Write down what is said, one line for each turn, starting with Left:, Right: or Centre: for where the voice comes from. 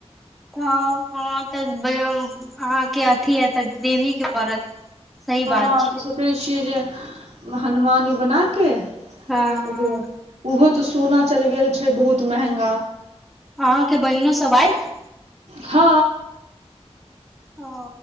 Centre: तब हँ तऽ अहाँके अथी ह तऽ देवीही के पड़त सही
Right: हँ
Centre: बात छै
Right: तऽ सोचै छियै जे हनुमानी बनाके
Centre: हँ
Right: एगो उहो तऽ सोना चलि गेल छै बहुत महंगा
Centre: हँ के बहिनो सबआयत
Right: हँ
Centre: ओ